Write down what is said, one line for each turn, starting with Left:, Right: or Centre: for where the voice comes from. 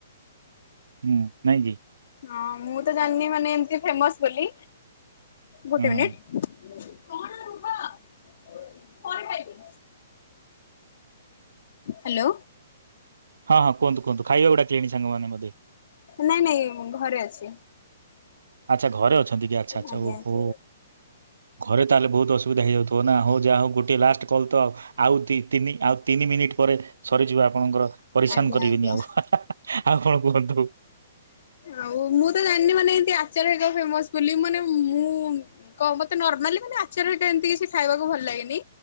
Right: ହୁଁ ନାଇଁ କି?
Left: ହଁ ମୁଁ ତ ଜାଣିନି ମାନେ ଏମତି ଫେମସ ବୋଲି ଗୋଟେ
Right: ହୁଁ
Left: ମିନିଟ କଣ ରୁହ ପରେ ଖାଇବି। ହାଲୋ।
Right: ହଁ ହଁ କୁହନ୍ତୁ ଖାଇବାକୁ ଡାକି ଲେଣି ସାଙ୍ଗମାନେ ବୋଧେ।
Left: ନାଇଁ ନାଇଁ ଘରେ ଅଛି
Right: ଆଚ୍ଛା ଘରେ ଅଛନ୍ତି କି ଆଚଛା ଆଛା
Left: ଆଜ୍ଞା
Right: ଓ
Left: ଆଜ୍ଞା
Right: ହୋ। ଘରେ ତାହେଲେ ବହୁତ ଅସୁବିଧା ହେଇଯାଉଥିବ ନା ହଉ ଯାହା ହଉ ଗୋଟେ ଲାଷ୍ଟ କଲ ତ। ଆଉ ଦି ତିନି ଆଉ ତିନି ମିନିଟ ପରେ ସରିଯିବା ଆପଣଙ୍କର।
Left: ଆଜ୍ଞା
Right: କରିବିନି
Left: ଆଜ୍ଞା।
Right: ଆଉ। ଆଉ କଣ କୁହନ୍ତୁ ହୁଁ।
Left: ଆଉ ମୁଁ ତ ଜାଣିନି ମାନେ ଏମତି ଚାଲେ ଫେମସ ବୋଲି ମନ। ମୁଁ କଣ ମତେ ନର୍ମାଲି ମାନେ ଆଚାର ଏଇଟ ଏମିତି କିଛି ଖାଇବାକୁ ଭଲ ଲାଗେନି।